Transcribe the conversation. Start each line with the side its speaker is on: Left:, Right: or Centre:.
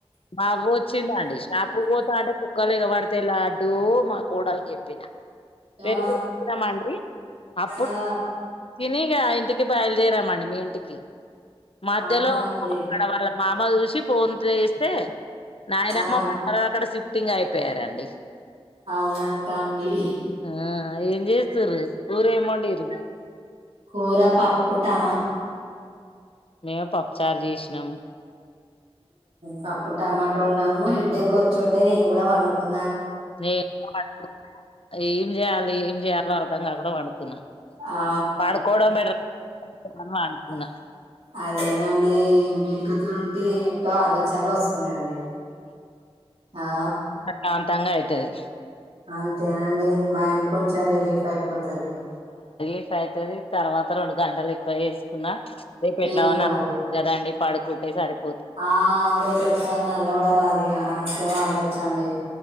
Left: మావు వచ్చింది అండి షాపు పోతాడు కుక్కలు ఎగబడితేలాడ్డు మా కోడలు చెప్పిన పెరిగినామండి
Right: ఆ
Left: అప్పుడు
Right: ఆ
Left: తిని ఆ ఇంటికి బయలుదేరామండి మీ ఇంటికి మధ్యలో
Right: అవునా అండి
Left: అక్కడ వాళ్ళ మామ చూసి ఫోన్ చేస్ తే నాయనమ్మ
Right: ఆ
Left: మొన్నక్కడ షిఫ్టింగ్ అయిపోయ్ చెప్పరండి
Right: అవునంట అండి
Left: ఆ ఏం చేస్తారు కురేమొందిన్రు
Right: కూర పప్పుటమాట్
Left: మేము పప్పుచర్ చేసినాము
Right: పప్పు టమాటో వోన్నాము హెడేక్ వచ్చుండే నేను కూడా పండుకున్నా
Left: నేను గూడా ఏం చేయాలి ఏం చేయాలి చేయాలో అర్థంగా కూడా పాడుకున్నా
Right: ఆ
Left: పాడుకోడం బెటరు పాడుకున్న
Right: అదేనా అ మేలికతు ఉంటే ఏంటో ఆలోచనలు వస్తున్నాయండి ఆ
Left: ప్రశాంతంగా అయితది
Right: అంతేనండి మైండ్ కొంచెం రిలీఫ్ అయిపో పోతది
Left: అఫ అయితుది తర్వాత రెండు గంటలు ఎక్కువ వేసుకున్నా రేపు ఎట్లా
Right: ఏం
Left: ఉన్నా
Right: కాదు
Left: కదాండి పాడుకుటే సరికి
Right: ఆ అదే చెట్లా నల్ కూడా కూడా రాజ అ రాం సేవా అందొచ్చా అండి